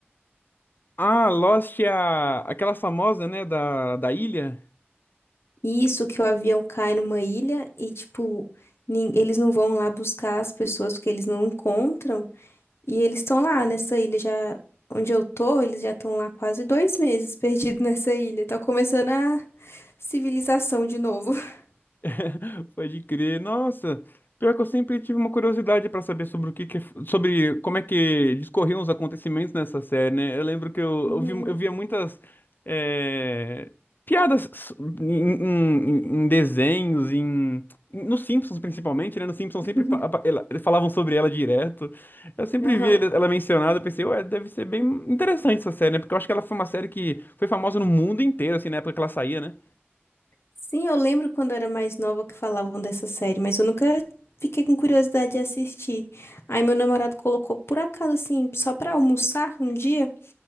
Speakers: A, on the left; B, on the left.
A: Ah, Lost é a, aquela famosa, né? Da, da ilha.
B: Isso que o avião cai numa ilha e, tipo, nin- eles não vão lá buscar as pessoas porque eles não encontram. E eles estão lá nessa ilha já. Onde eu tô, eles já estão lá quase dois meses perdidos <laughs> nessa ilha. Tá começando a civilização de novo. <laughs>
A: <laughs> Pode crer. Nossa, pior que eu sempre tive uma curiosidade pra saber sobre o que, que- sobre como é que discorriam os acontecimentos nessa série, né? Eu lembro que eu,
B: Uhum.
A: eu, vi- eu via muitas é, piadas s- em, em- em- em desenhos, em nos Simpsons principalmente, né? Nos Simpsons
B: <laughs>
A: sempre pa- apa- ela- eles falavam sobre ela direto. Eu sempre
B: Aham.
A: via ele- ela mencionada, eu pensei, ué, deve ser bem interessante essa série, né? Porque eu acho que ela foi uma série que foi famosa no mundo inteiro, assim, na época que ela saía, né?
B: Sim, eu lembro quando eu era mais nova que falavam dessa série, mas eu nunca fiquei com curiosidade de assistir. Aí meu namorado colocou por acaso, assim, só pra almoçar um dia,